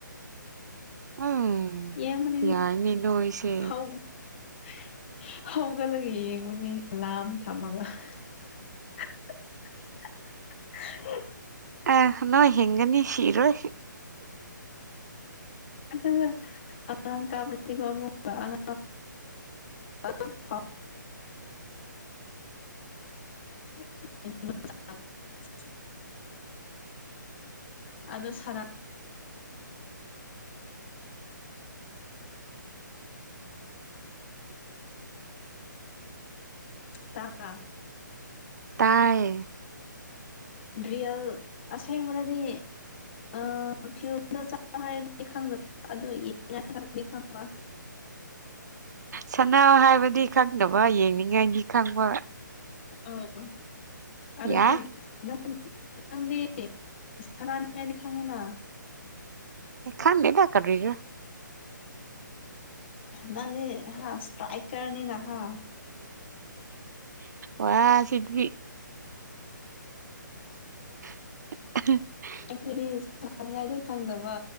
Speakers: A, on the right (about 60°); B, on the left (about 35°).
A: ꯎꯝ
B: ꯌꯦꯡꯕꯗꯤ
A: ꯌꯥꯏꯅꯦ ꯅꯣꯏꯁꯦ
B: ꯍꯧ <inaudible> ꯍꯧꯒꯠꯂꯒ ꯌꯦꯡꯕꯅꯤ ꯑꯦꯂꯥꯔꯝ ꯊꯝꯃꯒ <inaudible>
A: ꯑꯥ ꯅꯣꯏ ꯍꯤꯡꯒꯅꯤ ꯁꯤꯔꯣꯏ
B: ꯑꯗꯨꯒ ꯑꯉꯥꯡ ꯀꯥꯕ <unintelligible> ꯑꯉꯥꯡ ꯑꯗꯨ <unintelligible> <unintelligible> ꯑꯗꯨ ꯁꯅꯥ ꯇꯥꯕꯔ꯭ꯥ
A: ꯇꯥꯏ
B: ꯗ꯭ꯔꯤꯌꯦꯜ ꯑꯁꯦꯡꯕꯗꯗꯤ ꯑꯥ ꯐꯤꯜꯗ ꯆ ꯍꯥꯏꯔꯒꯗꯤ ꯈꯪꯗꯕ ꯑꯗꯨ <unintelligible> ꯌꯥ <unintelligible> ꯈꯔꯗꯤ ꯈꯪꯕ
A: ꯁꯅꯥꯎ ꯍꯥꯏꯕꯗꯤ ꯈꯪꯅꯕ ꯌꯦꯡꯅꯤꯡꯉꯥꯏꯒꯤ ꯈꯪꯕ
B: ꯎꯝ ꯑꯗꯣ
A: ꯌꯥꯏ
B: ꯅꯡ ꯅꯡ ꯅꯪꯗꯤ ꯁꯅꯥꯅꯤꯉꯥꯏꯗꯤ ꯈꯪꯉꯤꯅ
A: ꯈꯪꯗꯦꯗ ꯀꯔꯤꯔꯥ
B: ꯅꯪꯗꯤ ꯍꯥ ꯁꯇ꯭ꯔꯥꯏꯀꯔꯅꯤꯅ ꯍꯥ
A: ꯋꯥ ꯁꯤꯗꯤ <inaudible>
B: ꯑꯩꯈꯣꯏꯗꯤ ꯁꯥꯅꯤꯡꯉꯥꯏꯗꯤ ꯈꯪꯗꯕ